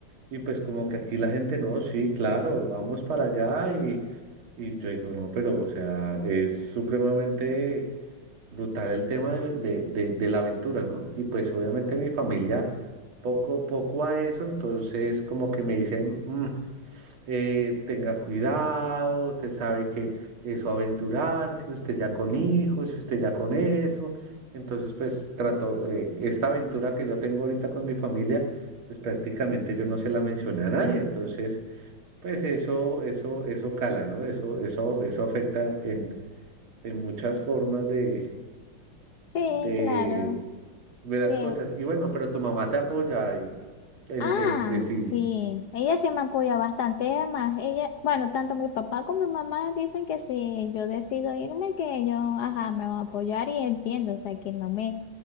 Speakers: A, on the right (about 85°); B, on the left (about 70°).
A: y pues como que aquí la gente, no, sí, claro, vamos para allá y, y yo digo, no, pero o sea, es supremamente brutal el tema de, de, de- de la aventura, ¿no? Y pues obviamente mi familia poco, poco a eso, entonces como que me dicen, "Mm, eh, tenga cuidado, usted sabe que eso aventurarse, usted ya con hijos, si usted ya con eso. Entonces, pues trato, eh, esta aventura que yo tengo ahorita con mi familia, pues prácticamente yo no se la mencioné a nadie. Entonces, pues eso, eso, eso cala, ¿no? Eso, eso, eso afecta en, en muchas formas de,
B: Sí,
A: de,
B: claro,
A: de las
B: sí.
A: cosas. Y bueno, pero tu mamá te apoya y en,
B: Ah,
A: en, en- si
B: sí, ella sí me apoya bastante, además, ella, bueno, tanto mi papá como mi mamá dicen que si yo decido irme, que ellos, ajá, me van a apoyar y entiendo, o sea, que no me